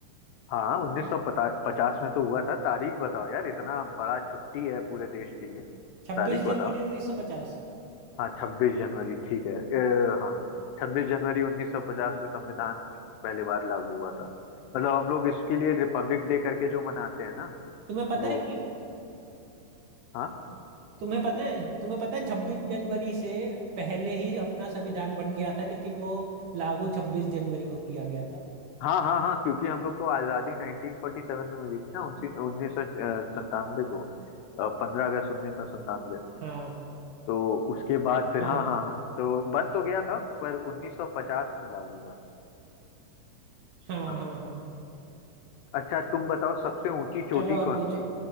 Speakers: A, on the left; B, on the right.
A: हाँ उन्नीस सौ पचास में तो हुआ था तारीख बताओ यार इतना बड़ा छुट्टी है पूरे देश के लिए
B: 26
A: तारीख बताओ
B: जनवरी 1950
A: हाँ छब्बीस जनवरी ठीक है ए, हाँ छब्बीस जनवरी उन्नीस सौ पचास में संविधान पहली बार लागू हुआ था मतलब हम लोग इसके लिए रिपब्लिक डे करके जो मनाते हैं ना
B: तुम्हें पता
A: वो
B: है कि
A: हाँ
B: तुम्हें पता है तुम्हें पता है छब्बीस जनवरी से पहले ही अपना संविधान बन गया था लेकिन वो लागू छब्बीस जनवरी को किया गया था
A: हाँ हाँ हाँ क्योंकि हम लोग को आज़ादी 1947 में मिली थी ना उन्नीस सौ संतानवे को पंद्रह अगस्त उन्नीस सौ संतानवे
B: हाँ
A: तो उसके बाद फिर
B: हाँ
A: हाँ हाँ हाँ तो बंद तो गया था पर 1950 में लागू हुआ था
B: हाँ
A: हाँ
B: हाँ हाँ
A: अच्छा तुम बताओ सबसे ऊंची चोटी
B: चलो और
A: कौन
B: पूछो
A: सी है